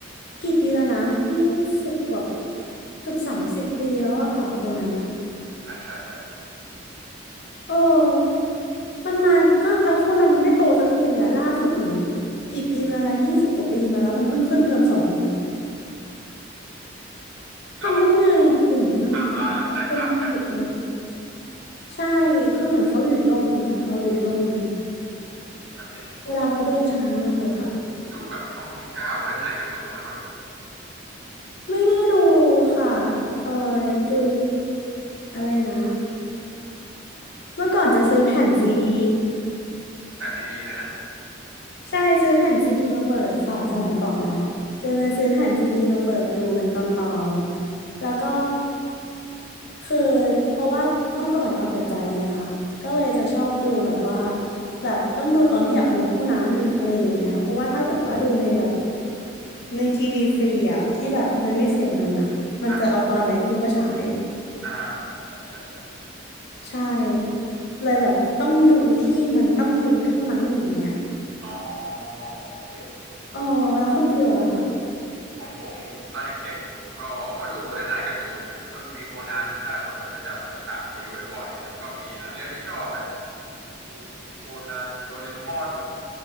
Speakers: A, on the left; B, on the right.
A: กี่ปีแล้วนะยี่สิบกว่าเกือบสามสิบปีแล้วอะค่ะโคนันอะ
B: ใช่ใช่ใช่
A: เออมันมาตั้งแล้วโคนันมันไม่โตสักทีเลยอะล่าสุดเหมือนกี่ปีมาแล้วนะยี่สิบกว่าปีมาแล้วมันเพิ่งขึ้นเทอมสองเองทำได้ไงอะเก่งมากอะคือเป็นหยุดเลย
B: เราทำลายเราแตกต่างกัน
A: ใช่คือเหมือนเขาอยู่อีกโลกหนึ่งอะเราอยู่อีกโลกหนึ่ง
B: จริงครับจริงทุกคน
A: เวลาเขาเดินช้ามากเลยค่ะ
B: ที่ดูแบบช่องเก้าโมเดิร์นไนน์การ์ตูนนะบ่เนี่ย
A: ไม่ได้ดูค่ะเออดูอะไรนะเมื่อก่อนจะซื้อแผ่นซีดี
B: แบบดีๆเลยนะ
A: ใช่ซื้อแผ่นซีดีมาเปิดค่ะสมัยก่อนนะจะเป็นซื้อแผ่นซีดีมาเปิดดูเป็นตอนตอนแล้วก็คือเพราะว่าเมื่อก่อนเอาแต่ใจไงคะก็เลยจะชอบดูแบบว่าแบบต้องดูตอนที่อยากดูเท่านั้นอะไรอย่างเงี้ยเพราะว่าถ้าเกิดว่าดูในแบบในทีวีฟรีอะที่แบบมันไม่เสียเงินอะมันจะเอาตอนอะไรไม่รู้มาฉาย
B: อ่ะอ่าอ่าใช่ใช่ใช่
A: ใช่เลยแบบต้องดูที่มันต้องดูเท่านั้นอย่างเงี้ย
B: อ๋อโอเค
A: อ๋อแล้วคุณฟิลอะค่ะ
B: ของผมตอนเด็กๆผมก็ก็ดูโมเดิร์นไนน์การ์ตูนนะครับก็มีโคนันใช่โคนันก็จะมาฉายอยู่บ่อยๆแล้วก็มีหลายเรื่องที่ชอบนะมีโคนันโดเรมอน